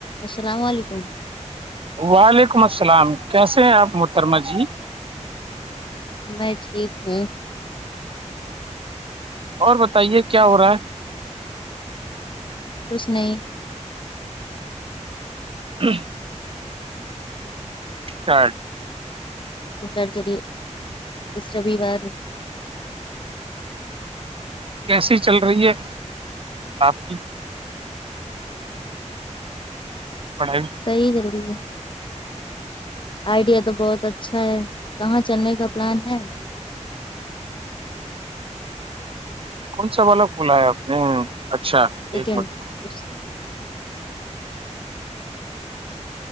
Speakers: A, on the left; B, on the right.
A: السلام علیکم
B: وعلیکم السلام کیسے ہیں آپ محترمہ جی
A: میں ٹھیک ہوں
B: اور بتائیے کیا ہو رہا ہے
A: کچھ نہیں
B: ہوں <inaudible>
A: <unintelligible> اس ریویوار
B: کیسی چل رہی ہے آپ کی پڑھائی
A: صحیح چل رہی ہے آئیڈیا تو بہت اچھا ہے کہاں چلنے کا پلان ہے
B: کون سا والا پھلا ہے آپ نے اچھا
A: سیکنڈ
B: ایک منٹ رکو،
A: آس